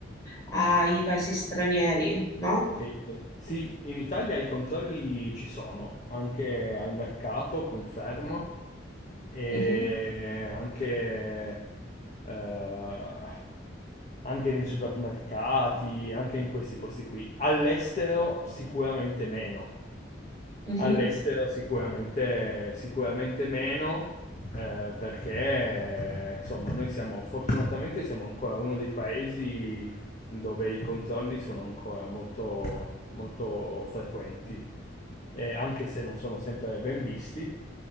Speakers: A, on the left; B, on the left.
A: ai paesi stranieri, no?
B: Che i con- Sì, in Italia i controlli ci sono, anche al mercato, confermo, e
A: Mhm,
B: anche, eh, anche nei supermercati, anche in questi posti qui. All'estero sicuramente meno.
A: mhm.
B: All'estero sicuramente, sicuramente meno, eh, perché insomma noi siamo fortunatamente siamo ancora uno dei paesi dove i controlli sono ancora molto, molto frequenti, e anche se non sono sempre ben visti,